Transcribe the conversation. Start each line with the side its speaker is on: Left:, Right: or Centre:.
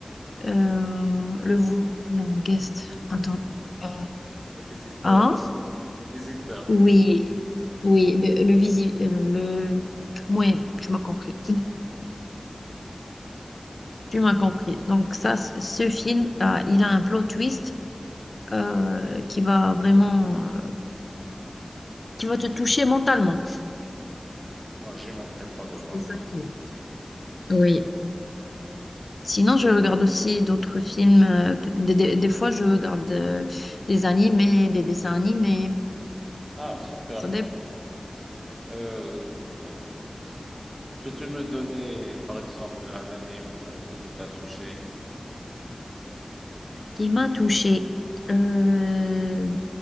Left: euh, le, vou- non, guest, attends.
Right: Visiteur,
Left: Euh,
Right: le visiteur,
Left: hein?
Right: le visiteur.
Left: Oui, oui, le, le visi- euh, le, ouais, tu m'as compris. Tu m'as compris. Donc, ça, c- ce film, euh, il a un plot twist euh, qui va vraiment, euh, qui va te toucher mentalement.
Right: Non, j'y manquerai pas de voir
Left: C'est ça
Right: ça.
Left: que... Oui, Sinon, je regarde aussi d'autres films. euh, peut- Des, des- des fois, je regarde euh, des animés, des dessins animés.
Right: Ah, super.
Left: Ça dépend.
Right: Donc, euh, euh, peux-tu me donner, par exemple, un anime euh, qui t'a touché?
Left: Qui m'a touchée. Euh,